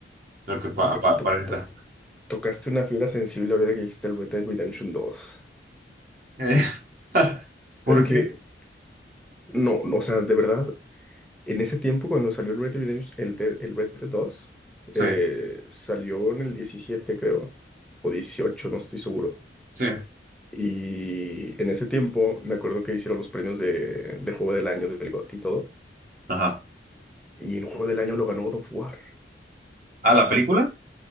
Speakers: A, on the right (about 50°); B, in the centre.
A: Lo que pa-
B: Toc-
A: pa- aparenta
B: to- to- tocaste una fibra sensible ahorita que dijiste el Red Dead Redemption dos.
A: Eh, <laughs>
B: Es que,
A: porque,
B: no, no, o sea, de verdad. En ese tiempo, cuando salió el Red Dead Redemption, el de- el Red Dead dos
A: sí,
B: eh, salió en el diecisiete creo, o dieciocho no estoy seguro.
A: sí.
B: Y en ese tiempo, me acuerdo que hicieron los premios de, de Juego del Año, del GOTY y todo.
A: Ajá.
B: Y el Juego del Año lo ganó God of War.
A: ¿Ah, la película?